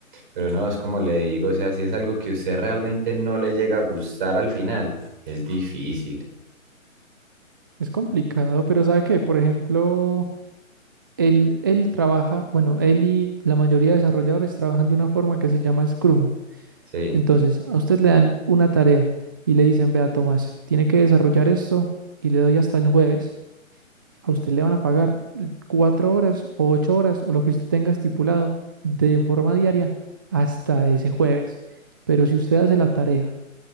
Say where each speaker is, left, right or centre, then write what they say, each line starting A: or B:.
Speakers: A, on the right; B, on the right.
A: Pero no, es como le digo, o sea, si es algo que usted realmente no le llega a gustar al final, es difícil.
B: Es complicado, pero ¿sabe qué? Por ejemplo, él, él trabaja, bueno, él y la mayoría de desarrolladores trabajan de una forma que se llama Scrum.
A: Sí,
B: Entonces, a usted le dan una tarea y le dicen, vea, Tomás, tiene que desarrollar esto y le doy hasta el jueves. A usted le van a pagar cuatro horas o ocho horas o lo que usted tenga estipulado de forma diaria hasta ese jueves. Pero si usted hace la tarea